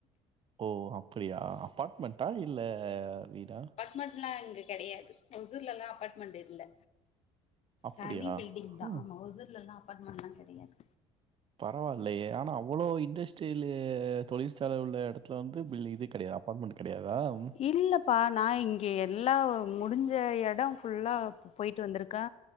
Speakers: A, on the right; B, on the left.
A: ஓ அப்டியா அப்பாட்மெண்ட்டா இல்ல வீடா
B: மட்லா இங்கு கெடையாது ஹொசூர்லல்லா அபாட்மண்ட் இல்ல
A: அப்படியா?
B: தனி பில்டிங் தா
A: ஆ.
B: ஆமா ஹொசூர்லல்லா அப்பாட்மண்லா கெடையாது
A: பரவால்லயே ஆனா அவ்ளோ இண்டஸ்ட்ரில்லு தொழில்ச்சால உள்ள எடத்துல வந்து பில்லு இது கெடைய்யு ஆப் பாட்மெண்ட் கெடையாதாம்
B: இல்லப்பா நா இங் கே எல்லாவ் முடிஞ்ச எடோ ஃபுல்லா போய்ட்டு வந்துருக்கே